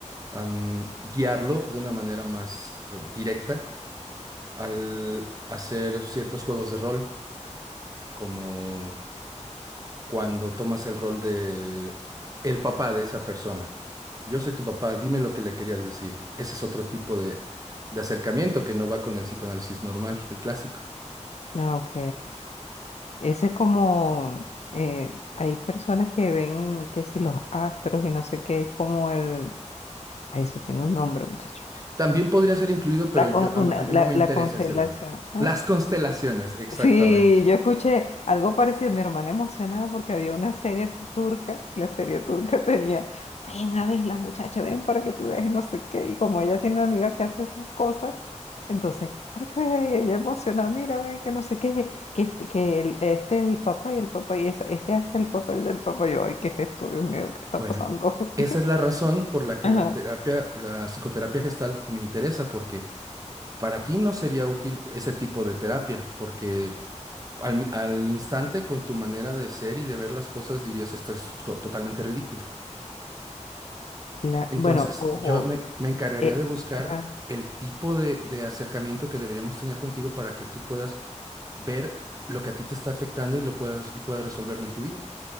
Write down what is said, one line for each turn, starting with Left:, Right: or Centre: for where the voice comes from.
Right: am, guiarlo de una manera más eh, directa al hacer ciertos juegos de rol, como cuando tomas el rol de el papá de esa persona. Yo soy tu papá, dime lo que le querías decir. Ese es otro tipo de, de acercamiento que no va con el psicoanálisis normal, el clásico.
Left: Ah, ok. Eso es como, eh, hay personas que ven que si los astros y no sé qué, es como el, ay, eso tiene un nombre, muchacho.
Right: También podría ser incluido, pero
Left: La,
Right: yo,
Left: con-
Right: a,
Left: una-
Right: a mí
Left: la,
Right: no me
Left: la
Right: interesa
Left: constelación.
Right: ese lado.
Left: ¿ah?
Right: Las constelaciones, exactamente.
Left: Sí, yo escuché algo parecido, mi hermana emocionada porque había una serie turca, la serie turca <laughs> tenía, ven a ver la muchacha, ven para que tú veas y no sé qué, y como ella tiene una amiga que hace esas cosas, entonces, ay, ay, ella emocionada, mira, ven que no sé qué, que este, que el- este es el papá y el papá y esa- este hace el papel del papá, yo, ay, ¿qué es esto? Dios mío, ¿qué está
Right: Bueno,
Left: pasando?
Right: esa
Left: <laughs>
Right: es la razón por la que
Left: Ajá.
Right: la terapia, la psicoterapia gestal me interesa, porque para ti no sería útil ese tipo de terapia, porque al, mi- al instante con tu manera de ser y de ver las cosas dirías, esto es co- totalmente ridículo.
Left: Cla-
Right: Entonces,
Left: bueno, ojo,
Right: yo me, me encargaría
Left: eh,
Right: de buscar
Left: ah,
Right: el tipo de, de acercamiento que deberíamos tener contigo para que tú puedas ver lo que a ti te está afectando y lo puedas y puedas resolverlo en tu vida.